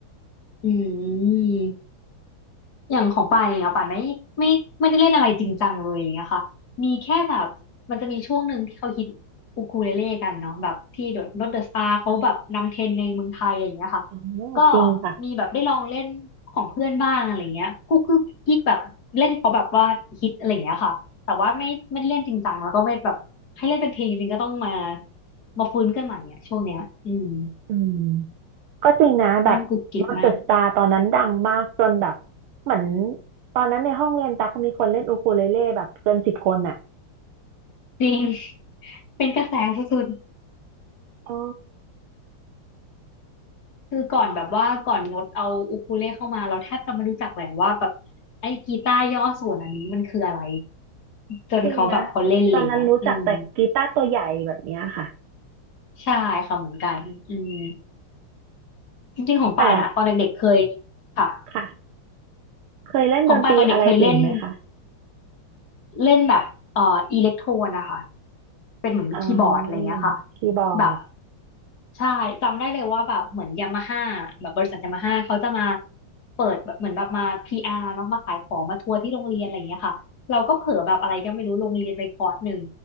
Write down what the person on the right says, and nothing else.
อ๋อจริงค่ะ
อืมก็จริงนะแบบ
Not the Star ตอนนั้นดังมากจนแบบเหมือนตอนนั้นในห้องเรียนตักมีคนเล่นอูคูเลเล่แบบเกินสิบคนอ่ะ
ใช่
จริงนะตอนนั้นรู้จักแต่กีตาร์ตัวใหญ่แบบเนี้ยค่ะ
แต่
ค่ะเคยเล่นดนตรีอะไรอื่นไหมคะ
อ๋อคีย์บอร์ด